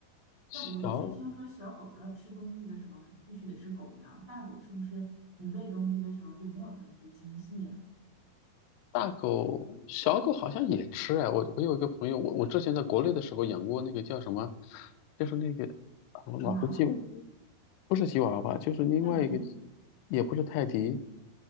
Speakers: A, on the right; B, on the left.
A: 但我就是听说小狗要吃东西的时候，
B: 小
A: 什么必须得是狗粮，大狗是不是你喂东西的时候就没有那么的精细呀、
B: 大狗、小狗好像也吃哎，我我有一个朋友，我我之前在国内的时候养过那个叫什么，就是那个，啊我老是记
A: 吉娃娃、
B: 不是吉娃娃就是另外一个，
A: 泰迪、
B: 也不是泰迪，